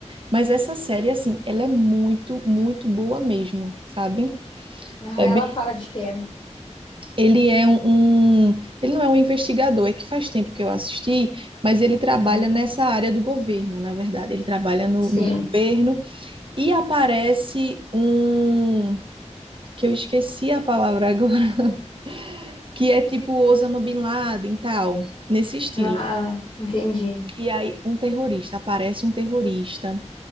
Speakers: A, on the right; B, on the left.
A: mas essa série, assim, ela é muito, muito boa mesmo, sabe?
B: Aham,
A: É
B: ela
A: bem,
B: fala de quê?
A: ele é um, um- ele não é um investigador, é que faz tempo que eu assisti, mas ele trabalha
B: Aham.
A: nessa área do governo, na verdade. Ele trabalha no
B: Sim.
A: no governo E aparece um que eu esqueci a palavra agora, <laughs> que é tipo Osama Bin Laden e tal, nesse estilo.
B: Ah, entendi.
A: E aí um terrorista, aparece um terrorista